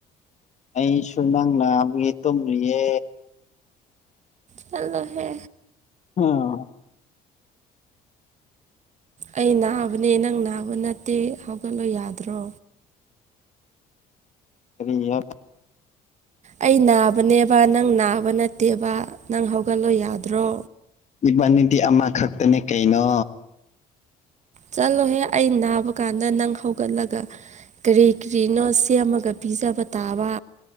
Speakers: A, on the left (about 45°); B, on the right (about 45°).
A: ꯑꯩꯁꯨ ꯅꯪ ꯅꯕꯒꯤ ꯇꯨꯝꯔꯤꯌꯦ
B: ꯆꯂꯍꯦ
A: ꯑꯣ
B: ꯑꯩ ꯅꯥꯕꯅꯦ ꯅꯪ ꯅꯥꯕ ꯅꯠꯇꯦ ꯍꯧꯒꯠꯂꯣ ꯌꯥꯗ꯭ꯔꯣ
A: ꯀꯔꯤ ꯌꯥ
B: ꯑꯩ ꯅꯥꯕꯅꯦꯕ ꯅꯪ ꯅꯥꯕ ꯅꯠꯇꯦꯕ ꯅꯪ ꯍꯧꯒꯠꯂꯣ ꯌꯥꯗ꯭ꯔꯣ
A: ꯏꯕꯥꯅꯤꯗꯤ ꯑꯃꯈꯛꯇꯅꯦ ꯀꯩꯅꯣ
B: ꯆꯠꯂꯣꯍꯦ ꯑꯩ ꯅꯥꯕ ꯀꯥꯟꯗ ꯅꯪ ꯍꯧꯒꯠꯂꯒ ꯀꯔꯤ ꯀꯔꯤꯅꯣ ꯁꯦꯝꯃꯒ ꯄꯤꯖꯕ ꯇꯥꯕ